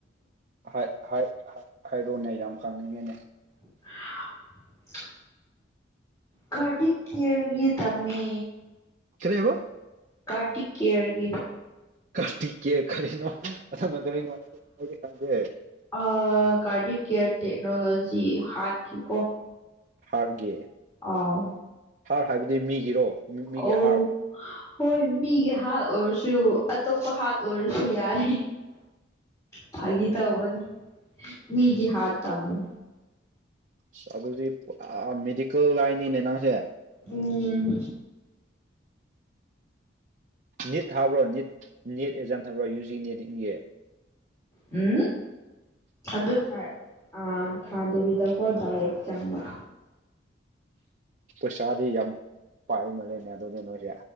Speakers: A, on the right (about 40°); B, on the left (about 15°).
A: ꯍꯥꯏ ꯍꯥꯏ ꯍꯥꯏ ꯍꯥꯏꯔꯣꯑꯣꯅꯦ ꯌꯥꯝ ꯈꯪꯅꯤꯡꯉꯦꯅꯦ
B: <unintelligible> ꯀꯥꯔꯗꯤꯛ ꯀꯤꯌꯔꯒꯤꯗ ꯇꯝꯃꯤ
A: ꯀꯔꯤꯍꯥꯏꯕ
B: ꯀꯥꯔꯗꯤꯛ ꯀꯤꯌꯔꯒꯤ
A: ꯀꯥꯔꯇꯤꯛ ꯀꯤꯌꯔ ꯀꯔꯤꯅꯣ ꯑꯗꯨꯅ ꯀꯔꯤꯅꯣ ꯈꯣꯏꯗꯤ ꯈꯪꯗꯦ
B: ꯑ ꯀꯥꯔꯗꯤꯛ ꯀꯦꯌꯔ ꯇꯦꯛꯅꯣꯂꯣꯖꯤ ꯍꯥꯠꯀꯤ ꯀꯣ
A: ꯍꯥꯔꯒꯤ
B: ꯑꯥꯎ
A: ꯍꯥꯔ ꯍꯥꯏꯕꯗꯤ ꯃꯤꯒꯤꯔꯣ ꯃꯤꯒꯤ
B: ꯑꯣ
A: <unintelligible>
B: ꯍꯣꯏ ꯃꯤꯒꯤ ꯍꯥꯠ ꯑꯣꯏꯔꯁꯨ ꯑꯇꯣꯞꯄ ꯍꯥꯠ ꯑꯣꯏꯔꯁꯨ ꯌꯥꯔꯦ ꯐꯥꯒꯤ ꯇꯕꯅꯤ ꯃꯤꯒꯤ ꯍꯥꯔ ꯇꯝꯃꯨ
A: ꯑꯁ ꯑꯗꯨꯗꯤ ꯄꯨ ꯑꯥ ꯃꯦꯗꯤꯀꯦꯜ ꯂꯥꯏꯟꯅꯤꯅꯦ ꯅꯪꯁꯦ
B: ꯎꯝ
A: ꯅꯤꯠ ꯊꯥꯕ꯭ꯔꯣ ꯅꯤꯠ ꯅꯦꯠ ꯑꯦꯛꯖꯥꯝ ꯊꯥꯕ꯭ꯔꯣ ꯌꯨꯖꯤ ꯅꯦꯇꯤꯡꯒꯤ
B: ꯎꯝ ꯑꯗꯨ ꯊꯥꯏ ꯑꯥ ꯊꯥꯗꯕꯤꯀꯣ ꯗꯥꯏꯔꯦꯛ ꯆꯪꯕ
A: ꯄꯩꯁꯥꯗꯤ ꯌꯥꯝ ꯄꯥꯏ ꯃꯜꯂꯦꯅꯦ ꯑꯗꯨꯗꯤ ꯅꯣꯏꯖꯦ